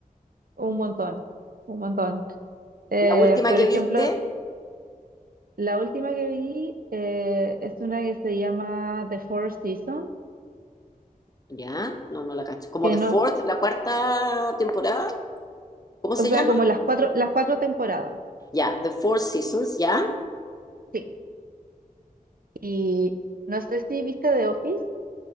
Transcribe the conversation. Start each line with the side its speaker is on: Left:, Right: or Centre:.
Right: Un montón, un montón. Eh,
Left: La última
Right: por
Left: que
Right: ejemplo,
Left: viste,
Right: la última que vi eh, es una que se llama The Four Seasons,
Left: ya, no, no la cacho. Como
Right: que
Left: The
Right: no,
Left: Fourth, la cuarta temporada, ¿cómo se
Right: o sea,
Left: llama?
Right: como las cuatro, las cuatro temporadas.
Left: Ya, The Four Seasons, ya.
Right: Sí. Y no sé si viste The Office.